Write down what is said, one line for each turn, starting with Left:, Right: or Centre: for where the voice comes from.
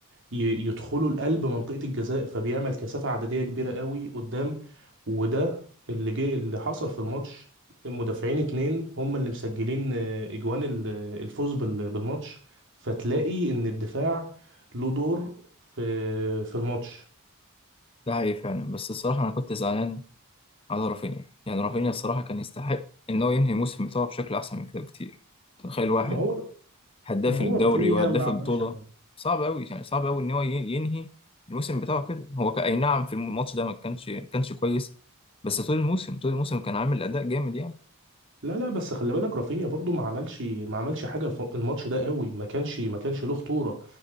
Right: ي- يدخلوا القلب منطقة الجزاء فبيعمل كثافة عددية كبيرة قوي قدام وده اللي جه اللي حصل في الماتش المدافعين اتنين هم اللي مسجلين آه، اجوان ال- الفوز بال- بالماتش فتلاقي ان الدفاع له دور في في الماتش
Left: ده حقيقي فعلا بس الصراحة أنا كنت زعلان على رافينيا يعني رافينيا الصراحة كان يستحق إن هو ينهي الموسم بتاعه بشكل أحسن من كده بكتير تخيل واحد
Right: ما هو
Left: هداف
Right: ما هو
Left: الدوري
Right: رافينيا
Left: وهداف
Right: ما عملش
Left: البطولة
Right: حاجة
Left: صعب أوي يعني صعب أوي إن هو ي- ينهي الموسم بتاعه كده هو ك- أي نعم في الماتش ده ما كانش كانش كويس بس طول الموسم طول الموسم كان عامل أداء جامد يعني
Right: لا لا بس خلي بالك رافينيا برضو ما عملش ما عملش حاجه الف- الماتش ده قوي ما كانش ما كانش له خطوره